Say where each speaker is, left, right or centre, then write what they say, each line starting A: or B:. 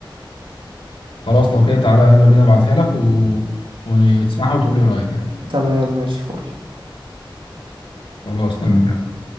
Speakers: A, on the left (about 85°); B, on the right (about 80°).
A: خلاص لو كده تعالى يلا بينا ابعتها لك و... وتسمعها وتقول لي رأيك يعني
B: تمام ماشي فل
A: خلاص تمام يلا.